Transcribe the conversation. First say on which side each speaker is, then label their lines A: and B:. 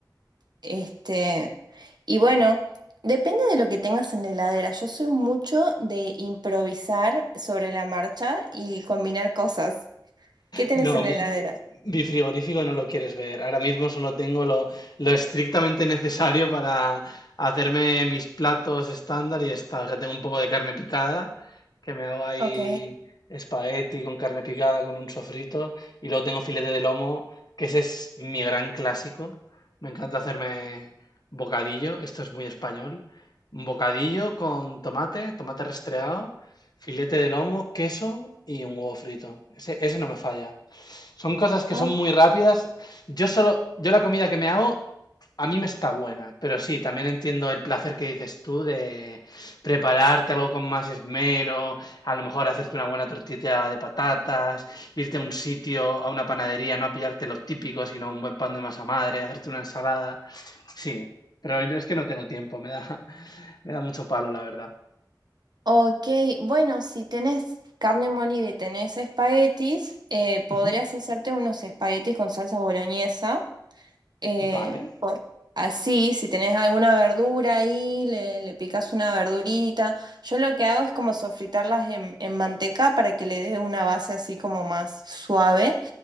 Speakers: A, on the right; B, on the left.
A: Este, y bueno, depende de lo que tengas en la heladera. Yo soy mucho de improvisar sobre la marcha y combinar cosas. ¿Qué tenés
B: No,
A: en la
B: mi-
A: heladera?
B: Mi frigorífico no lo quieres ver. Ahora mismo solo tengo lo, lo estrictamente necesario para hacerme mis platos estándar y está. O sea, tengo un poco de carne picada, que me hago ahí
A: Ok.
B: espagueti con carne picada, con un sofrito. Y luego tengo filete de lomo, que ese es mi gran clásico. Me encanta hacerme bocadillo. Esto es muy español. Un bocadillo con tomate, tomate restreado, filete de lomo, queso y un huevo frito. Ese, ese no me falla. Son cosas que
A: Ah,
B: son muy rápidas. Yo solo, yo la comida que me hago, a mí me está buena, pero sí, también entiendo el placer que dices tú de prepararte algo con más esmero, a lo mejor hacerte una buena tortilla de patatas, irte a un sitio, a una panadería, no a pillarte lo típico, sino un buen pan de masa madre, hacerte una ensalada. Sí, pero yo es que no tengo tiempo, me da, <laughs> me da mucho palo, la verdad.
A: Ok, bueno, si tenés carne molida y tenés espaguetis, eh, podrías
B: Ujú,
A: hacerte unos espaguetis con salsa boloñesa. Eh,
B: Vale.
A: por- así, si tenés alguna verdura ahí, le, le picás una verdurita. Yo lo que hago es como sofritarlas en, en manteca para que le dé una base así como más suave.